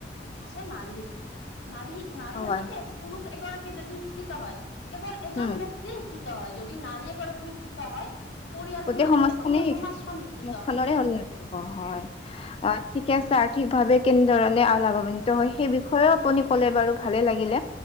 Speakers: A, on the left (about 80°); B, on the left (about 30°).
A: হৈছে নাৰী শিক্ষা নাৰী শিক নাৰী
B: হয়
A: হাততেই আছে পৰুষ এগৰাকী যদি শিক্ষিত হয় কেৱল এজন
B: উম
A: ব্যক্তিয়ে শিক্ষিত হয়। যদি নাৰীয়ে এগৰাকী শিক্ষিত হয় পৰিয়ালটোৰ
B: গোটেই
A: লগতে
B: সমাজ
A: গোটেই
B: খনেই
A: সমাজখন
B: শিকো
A: শিক্ষিত
B: মুখ খনৰে
A: হয়
B: উন্নতি হব হয়, অ ঠিকে আছে আৰ্থিকভাৱেও কেনেধৰণে লাভৱান্বিত হয় সেই বিষয়েও আপুনি ক'লে বাৰু ভালেই লাগিলে